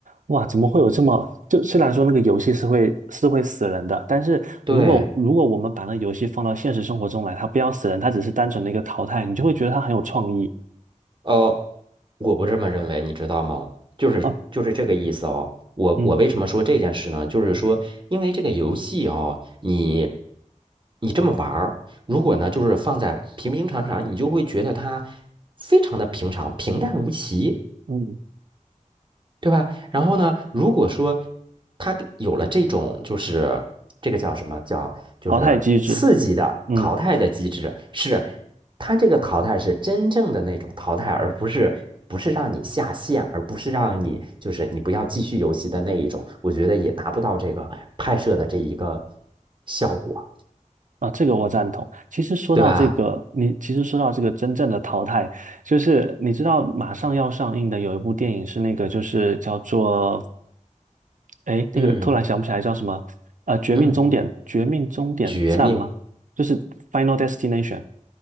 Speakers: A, on the right (about 75°); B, on the right (about 40°).
A: 哇，怎么会有这么……就虽然说那个游戏是会是会死人的，但是如果如果我们把那个游戏放到现实生活中来，
B: 对，
A: 它不要死人，它只是单纯的一个淘汰，你就会觉得它很有创意
B: 呃，我不这么认为，你知道吗？就是就是这个意思哦。
A: 啊。
B: 我我为什么说这件事呢？
A: 嗯
B: 就是说，因为这个游戏哦，你你这么玩儿，如果呢，就是放在平平常常，你就会觉得它非常的平常、平淡无奇。
A: 嗯，
B: 对吧？然后呢，如果说他给有了这种，就是这个叫什么叫，就是刺激的淘汰的机制，
A: 淘汰机制，嗯。
B: 是他这个淘汰是真正的那种淘汰，而不是不是让你下线，而不是让你就是你不要继续游戏的那一种，我觉得也达不到这个拍摄的这一个效果，
A: 啊，这个我赞同。其实说到这个，
B: 对吧？
A: 你其实说到这个真正的淘汰，就是你知道马上要上映的有一部电影是那个，就是叫做，哎，那个突然想不起来叫什么，
B: 嗯
A: 呃，《绝命终点》《绝命终点站》吗？
B: 嗯，绝命
A: 就是《Final Destination》，